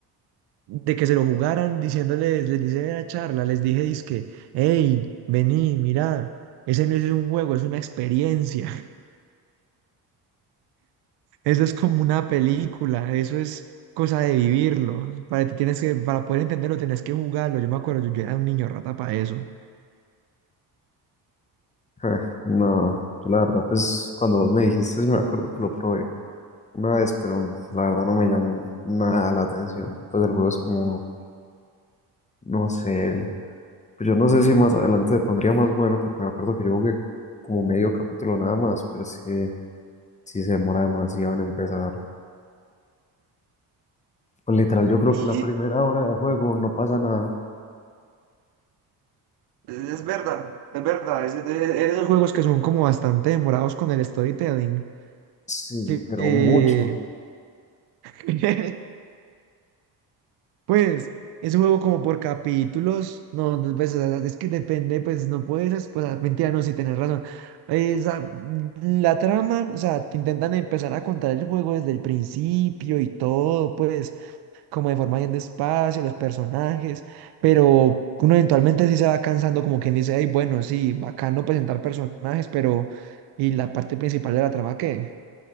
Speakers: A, on the right (about 70°); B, on the left (about 20°).
A: de que se lo jugaran diciéndoles, les dice en la charla, les dije, dizque, hey, vení, mirá, ese no es un juego, es una experiencia, <laughs> eso es como una película, eso es cosa de vivirlo, para ti tienes que, para poder entenderlo tenés que jugarlo, yo me acuerdo, yo, yo era un niño rata para eso.
B: ah, no, yo la verdad, pues cuando vos me dijiste, sí me acuerdo que lo probé una vez, pero la verdad no me llamó nada la atención. Pues el juego es como, no sé, el- pues yo no sé si más adelante se pondría más bueno, porque me acuerdo que yo jugué como medio capítulo nada más, pero es que si se demora demasiado en empezar. Pues literal, yo creo
A: Sí,
B: que la primera hora de juego no pasa nada.
A: es verdad, es verdad. Es, es- es- Esos juegos que son como bastante demorados con el storytelling,
B: Sí,
A: que,
B: pero
A: que
B: mucho.
A: <laughs> Pues es un juego como por capítulos, no, no, pues, o sea, es que depende, pues no puedes, pues ah, mentira, no, si tenés razón. Eh, o sea, la trama, o sea, te intentan empezar a contar el juego desde el principio y todo, pues como de forma bien despacio, los personajes, pero uno eventualmente sí se va cansando, como quien dice, ay, bueno, sí, bacano presentar personajes, pero ¿y la parte principal de la trama qué?